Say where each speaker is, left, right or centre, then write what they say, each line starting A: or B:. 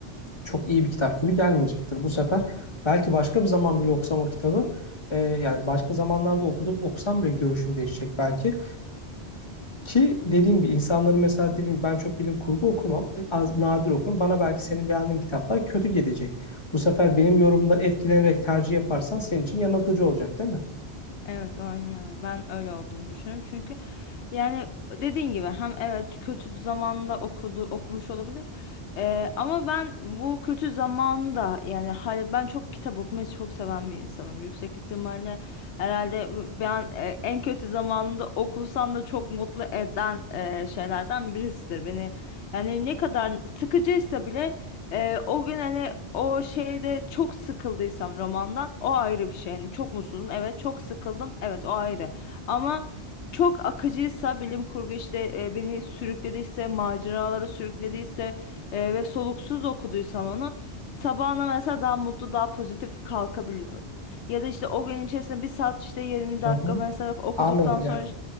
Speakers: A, on the left; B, on the left.
A: çok iyi bir kitap gibi gelmeyecektir bu sefer. Belki başka bir zaman bile okusam o kitabı e, yani başka zamanlarda okudum okusam bile görüşüm değişecek belki. Ki dediğim gibi insanların mesela dediğim ben çok bilim kurgu okumam. e, Az, nadir okurum. Bana belki senin beğendiğin kitaplar kötü gelecek. Bu sefer benim yorumumdan etkilenerek tercih yaparsan senin için yanıltıcı olacak değil mi?
B: Evet, aynen öyle. Ben öyle olduğunu düşünüyorum. Çünkü yani dediğin gibi hem evet kötü zamanda okudu, okumuş olabilir. Ee, ama ben bu kötü zamanda yani hala ben çok kitap okumayı çok seven bir insanım. Yüksek ihtimalle herhalde ben e, en kötü zamanında okusam da çok mutlu eden e, şeylerden birisidir. Beni yani ne kadar sıkıcıysa bile ee, o gün hani o şeyde çok sıkıldıysam romandan o ayrı bir şey. Yani çok mutsuzum evet çok sıkıldım evet o ayrı. Ama çok akıcıysa bilim kurgu işte e, beni sürüklediyse maceralara sürüklediyse e, ve soluksuz okuduysam onu sabahına mesela daha mutlu daha pozitif kalkabiliyorum. Ya da işte o gün içerisinde bir saat işte 20
A: Hı
B: dakika
A: hı.
B: mesela okuduktan
A: Anladım.
B: sonra
A: Yani